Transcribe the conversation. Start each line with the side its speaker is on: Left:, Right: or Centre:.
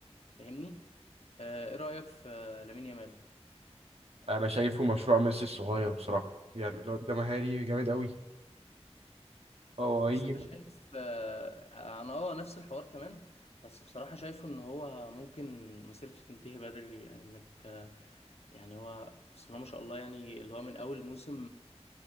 Left: فاهمني آه، ايه رايك في آه، لامين يامال
Right: انا شايفه مشروع ميسي الصغير بصراحه يعني الواد ده مهاري جامد قوي هو هيجي
Left: بس انا شايف آه، انا اه نفس الحوار كمان بس بصراحة شايفه ان هو ممكن مسيرته تنتهي بدري يعني انك آه، يعني هو بسم الله ما شاء الله يعني اللي هو من اول موسم